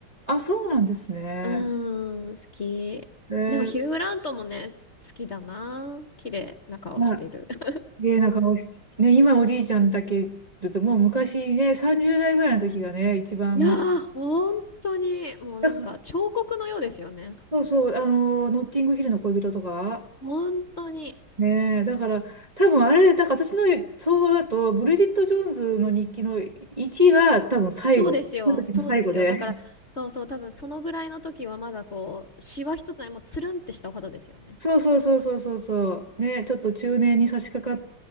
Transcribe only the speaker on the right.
あ、そうなんですね。
えー、
まあ、
綺麗な顔して。ね、今おじいちゃんだけだと、もう昔ね、30代ぐらいの時がね、一番、
ま、
だからそうそう、あの、ノッティングヒルの恋人とか、
ねえ、だから、多分あれ、なんか私の想像だと、ブリジット・ジョーンズの日記の1が多分最後、
この時の最後で。
<laughs>
そうそうそうそうそうそう。ねちょっと中年に差し掛かっ